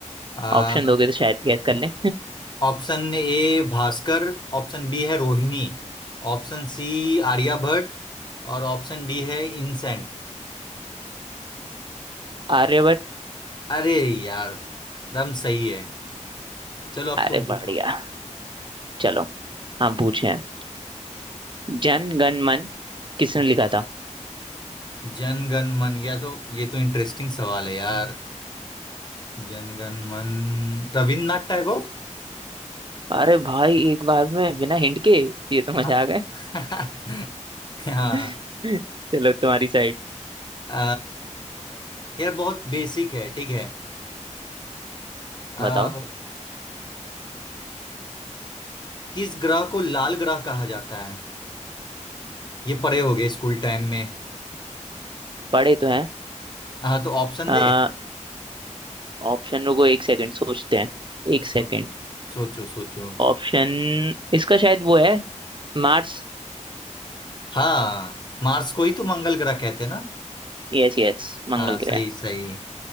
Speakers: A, on the left; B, on the right.
A: अ,
B: ऑप्शन दोगे तो शायद गैस कर लें
A: option A Bhaskar option B है रोहिणी ऑप्शन सी आर्यभट्ट और ऑप्शन डी है इनसैन
B: <laughs> आर्यभट्ट
A: अरे यार दम सही है चलो अब
B: अरे
A: तुम
B: बढ़िया
A: पूछो
B: चलो हम पूछे हैं जन गण मन किसने लिखा था
A: जनगण मन या तो ये तो इंटरेस्टिंग सवाल है यार जनगण मन रविन्द्रनाथ टैगोर
B: अरे भाई एक बार में बिना हिंट के ये तो मजा
A: हाँ
B: आ गए
A: <laughs> हाँ,
B: <laughs> चलो तुम्हारी साइड
A: अ, यार बहुत बेसिक है ठीक है आ,
B: बताओ
A: किस ग्रह को लाल ग्रह कहा जाता है ये पढ़े होगे स्कूल टाइम में
B: पढ़े तो
A: हाँ तो ऑप्शन
B: हैं
A: दे
B: ऑप्शन रुको एक सेकंड सोचते हैं एक
A: सोच-
B: सेकंड
A: सोचो सोचो
B: ऑप्शन इसका शायद वो है मार्स
A: हाँ मार्स को ही तो मंगल ग्रह कहते हैं ना
B: यस यस
A: हाँ
B: मंगल
A: सही
B: ग्रह
A: सही